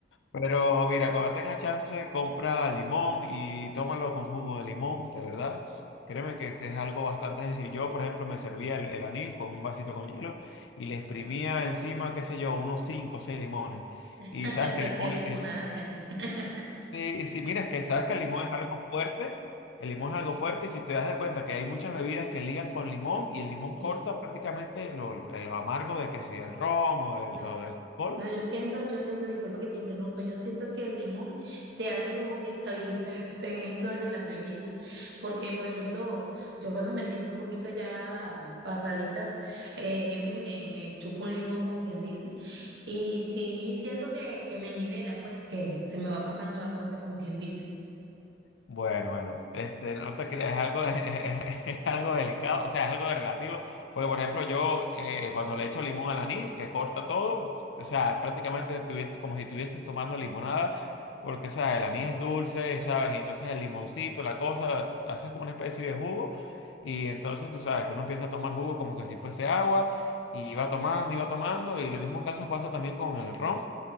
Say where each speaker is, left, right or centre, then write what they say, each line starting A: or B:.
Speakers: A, on the left (about 85°); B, on the right (about 65°).
A: Pero mira, cuando tengas chance, compra limón y tómalo con jugo de limón, de verdad. Créeme que, que es algo bastante sencillo. Yo, por ejemplo, me servía el, el anís con un vasito con hielo y le exprimía encima, qué sé yo, unos 5 o 6 limones.
B: <laughs>
A: Y sabes que
B: tú
A: el
B: hacías
A: limón,
B: limonada
A: eh,
B: de anís. <laughs>
A: sí, sí, mira, es que sabes que el limón es algo fuerte. El limón es algo fuerte y si te das de cuenta que hay muchas bebidas que ligan con limón y el limón
B: Sí,
A: corta prácticamente lo, lo- lo amargo de que si el ron o del,
B: no,
A: o del alcohol.
B: No, yo siento, yo siento, disculpa que te interrumpa, yo siento que el limón te hace como que estabilizarte <laughs> en esto de las bebidas, porque por ejemplo, yo cuando me siento un poquito ya pasadita, eh, llego y me, me chupo un limón, como quien dice, y sí siento que, que me nivela, pues que se me va pasando la cosa, como quien dice.
A: Bueno, bueno, este, no te creas, es algo, <laughs> es algo delicado, o sea, es algo de relativo, porque por ejemplo yo eh, cuando le echo limón al anís, que corta todo, o sea, prácticamente tuviese, como si estuvieses tomando limonada, porque, o sea, el anís es dulce, ¿sabes? Y entonces el limoncito, la cosa, haces como una especie de jugo, y entonces tú sabes que uno empieza a tomar jugo como que si fuese agua, y va tomando, y va tomando, y lo mismo caso pasa también con el ron